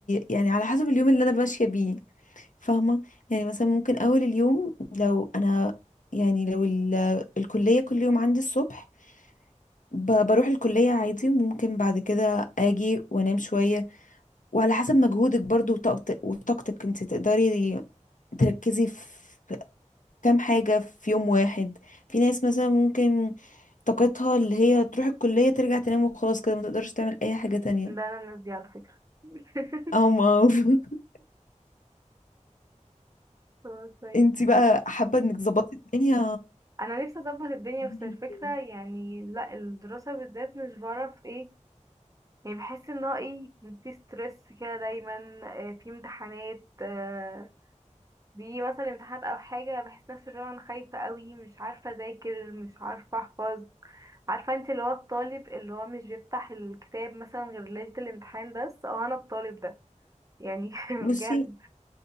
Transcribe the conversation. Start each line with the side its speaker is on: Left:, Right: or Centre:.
Left: يعني على حسب اليوم اللي انا ماشية بيه فاهمة يعني مثلا ممكن اول اليوم لو انا يعني لو ال... الكلية كل يوم عندي الصبح ب... بروح الكلية عادي وممكن بعد كده اجي وانام شوية وعلى حسب مجهودك برضو وطاقت- وطاقتك انت تقدري تركزي في كام حاجة في يوم واحد في ناس مثلا ممكن طاقتها اللي هي تروح الكلية ترجع تنام وخلاص كده ما تقدرش تعمل أي حاجة تانية
Right: ده أنا الناس دي على فكرة <laughs>
Left: أو ما <laughs>
Right: آه، كويس
Left: انتي بقى حابة انك تظبطي الدنيا
Right: أنا نفسي أظبط الدنيا
Left: <laughs>
Right: بس الفكرة يعني لأ الدراسة بالذات مش بعرف ايه يعني بحس ان هو ايه في ستريس كده دايما آه، في امتحانات آه، بيجي مثلا امتحانات او حاجه بحس نفسي اللي هو انا خايفه قوي مش عارفه اذاكر مش عارفه احفظ عارفه انت اللي هو الطالب اللي هو مش بيفتح الكتاب مثلا غير ليله الامتحان بس اه انا الطالب ده يعني <laughs> بجد
Left: بصي